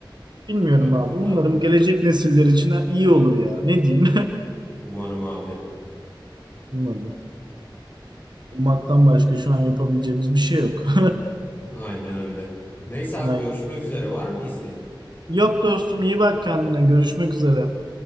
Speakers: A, on the right; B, on the left.
A: Bilmiyorum
B: gerçekten
A: abi. Umarım gelecek nesiller için ha- iyi olur ya. Ne diyeyim?
B: umarım abi.
A: <laughs> Umarım. Ummaktan başka şu an yapabileceğimiz bir şey yok. <laughs>
B: Aynen öyle. Neyse abi
A: Aynen.
B: görüşmek üzere. Var mı bir isteğin
A: Yok dostum iyi bak kendine. Görüşmek üzere.